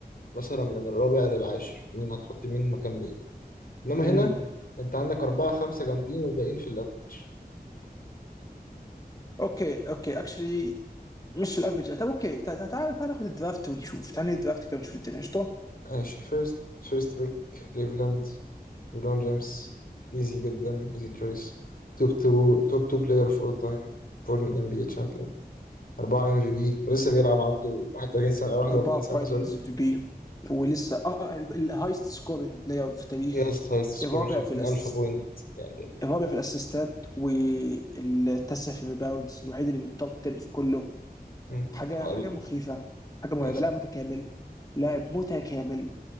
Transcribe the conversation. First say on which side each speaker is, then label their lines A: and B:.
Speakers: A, on the left; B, on the left.
A: مثلا من الرابع للعاشر مين هتحط مين مكان مين انما
B: امم
A: هنا انت عندك أربعة خمسة جامدين والباقيين في الافريج
B: اوكي اوكي اكشلي مش الافرج طب اوكي تع- تع- تعال تعال ناخد الدرافت ونشوف تعال ناخد الدرافت كده ونشوف الدنيا قشطه
A: ماشي فيرست فيرست بيك كليفلاند ليبرون جيمس ايزي جدا ايزي تشويس توب 2 توب 2 بلاير اوف اول تايم فور ام بي اي تشامبيون
B: مم.
A: 4 ام في بي ولسه بيلعب عنده 31 سنه 41
B: اربعه
A: سنه
B: فاينلز
A: سوري
B: ام في بي ولسه الهايست سكورينج بلاير في التاريخ
A: يس هايست سكور
B: الرابع
A: 50000
B: في الأس...
A: بوينت يعني
B: الرابع في الاسيستات والتاسع في الريباوندز الوحيد اللي من التوب 10 في كله
A: مم.
B: حاجه
A: عقل.
B: حاجه مخيفه حاجه مرعبه
A: يس
B: لاعب متكامل لاعب متكامل